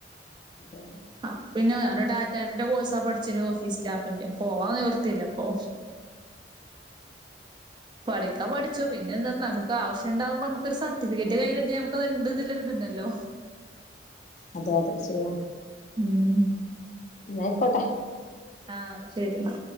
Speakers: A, on the left; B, on the right.
A: ഇതാണ് <inaudible>
B: അഹ പിന്നെ ഞാനൻ ഡാറ്റാന്റെ കോഴ്സാ പഠിച്ചിു ഓഫീസ് സ്റ്റാഫിന്റെ പോവാ നിവർ ത്തില്ലപ്പോ പഠിക്കാൻ പഠിച്ചു പിന്നെ എന്ത നമുക്ക് ആവശ്യംുണ്ടാവുമ്പോ നമുക്കൊരു സ സർട്ടിഫിക്കറ്റ് കയ്യിൽ കിട്ടിയാൽ നമുക്ക്ക്കത്ണ്ടന്നല്ല ര് ഇത്ഇണ്ടല്ലോ
A: അതെ അതെ ശരിയാണ്
B: ഉം
A: ന്നായിക്കോട്ടെ
B: ആഹ ശരി എന്ന